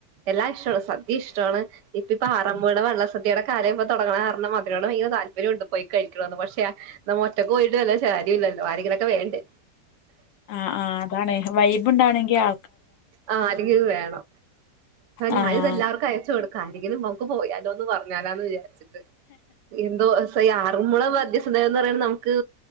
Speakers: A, on the right (about 75°); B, on the left (about 85°).
A: എല്ലാം ഇഷ്ടമാണ് സദ്യ ഇഷ്ടമാണ്. ഇപ്പേ പാറമോട വള്ള സദ്യയുടെ കാലം ഇപ്പൊ തൊടങ്ങണ കാരണം അതിനോട്‌ ഭയങ്കര താല്പര്യം ഉണ്ട് പോയി കഴിക്കണന്ന് പക്ഷെ നമ്മ ഒറ്റക്ക് പോയിട്ട് വല്ലൊ ശരിയല്ലല്ലോ ആരെങ്കിലൊക്കെ വേണ്ടെ
B: ആ ആ് അതാണ് വൈബ് ഉണ്ടാണെങ്കി ആ
A: ആ ആരെങ്കിലും വേണം.
B: ആ
A: ഞാനിതെല്ലാവർക്കും അയച്ചു കൊടുക്ക ആരെങ്കിലും പോയാലോ എന്ന് പറഞ്ഞാലാന്ന് വിചാരിച്ചിട്ട്. എന്തോ എസ് ഐ ആറ് മദ്യസന്ധം എന്ന് പറയ നമുക്ക്